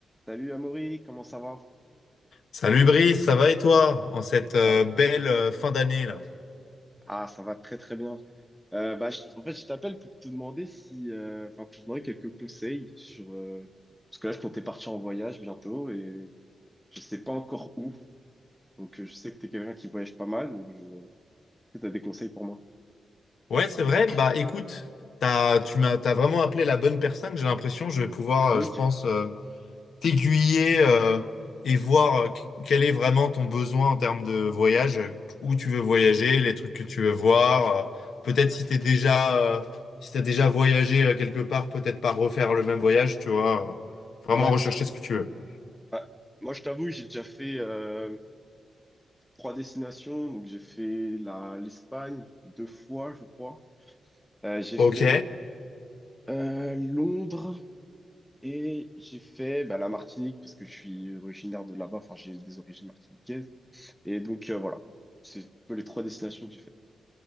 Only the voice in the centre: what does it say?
Salut Amaury, comment ça va?
Ça va.
Ah, ça va très très bien. Euh, bah, je- en fait, je t'appelle pour te demander si, euh, enfin, pour te demander quelques conseils sur, euh, parce que là, je comptais partir en voyage bientôt et je sais pas encore où. Donc, euh, je sais que t'es quelqu'un qui voyage pas mal, donc je... tu as des conseils pour moi.
Ok.
Ouais.
Bah, moi, je t'avoue, j'ai déjà fait euh, trois destinations. Donc, j'ai fait la l'Espagne deux fois, je crois. Euh, j'ai
fait euh, Londres. Et j'ai fait bah, la Martinique parce que je suis originaire de là-bas, enfin j'ai des origines martiniquaises. Et donc euh, voilà, c'est un peu les trois destinations que j'ai faites.